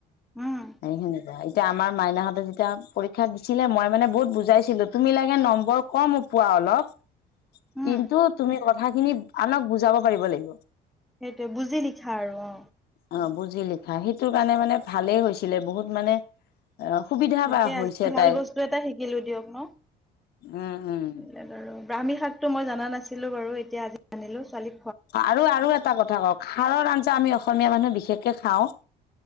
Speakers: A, in the centre; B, on the left.
A: উম
B: সেইখিনি। এতিয়া আমাৰ মাইনাহ‍ঁতে যেতিয়া পৰীক্ষা দিছিলে মই মানে বহুত বুজাইছিলো তুমি লাগে নম্বৰ কম পোৱা অলপ,
A: উম
B: কিন্তু তুমি কথাখিনি আনক বুজাব পাৰিব লাগিব।
A: সেইটোৱে বুজি লিখা আৰু অ।
B: অ বুজি লিখা সেইটো কাৰণে মানে ভালেই হৈছিলে বহুত মানে অ সুবিধা
A: তাকে
B: বা হৈছে
A: আজি ভাল
B: তাইৰ।
A: বস্তু এটা শিকিলো দিয়ক ন
B: উম-উম।
A: এইবিলাক আৰু ব্ৰাহ্মী শাকটো মই জানা নাছিলোঁ বাৰু এতিয়া আজি আানিলোঁ ছোৱালী
B: আৰু-আৰু এটা কথা কওঁক খাৰৰ আঞ্জা আমি অসমীয়া মানুহ বিশেষকে খাওঁ